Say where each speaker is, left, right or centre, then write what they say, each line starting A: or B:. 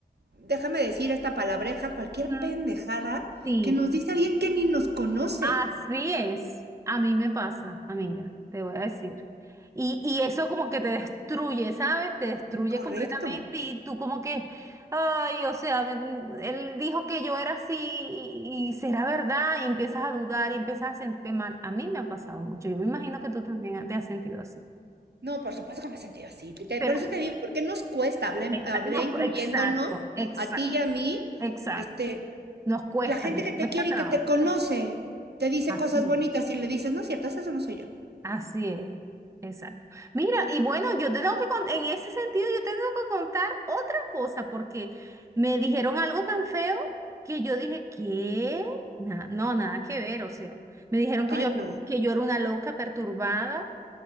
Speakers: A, on the right; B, on the right.
A: déjame decir esta palabreja, cualquier
B: ujú,
A: pendejada
B: sí.
A: que nos dice alguien que ni nos conoce.
B: Así es. A mí me pasa, amiga, te voy a decir. Y, y eso como que te destruye, ¿sabes? Te destruye
A: Correcto.
B: completamente y tú como que, ay, o sea, ven, él dijo que yo era así y, y será verdad y empiezas a dudar y empiezas a sentirte mal. A mí me ha pasado mucho. Yo me imagino que tú también te has sentido así.
A: No, por supuesto que me he sentido así. Te-
B: Pero,
A: Por eso te digo, ¿por qué nos cuesta? Hablé,
B: exa-
A: hablé
B: no,
A: incluyéndonos
B: exacto, exacto,
A: a ti y a mí.
B: exacto.
A: Este,
B: Nos cuesta,
A: la gente
B: nos
A: que te
B: cuesta
A: quiere
B: trabajo.
A: y que te conoce te dice
B: Así
A: cosas bonitas y le dices, no es cierto, esa no soy yo.
B: Así es, exacto. Mira, y bueno, yo te tengo que contar, en ese sentido, yo te tengo que contar otra cosa, porque me dijeron algo tan feo que yo dije, ¿qué? Na- no, nada que ver, o sea, me dijeron
A: Ay,
B: que yo,
A: no.
B: que yo era una loca perturbada,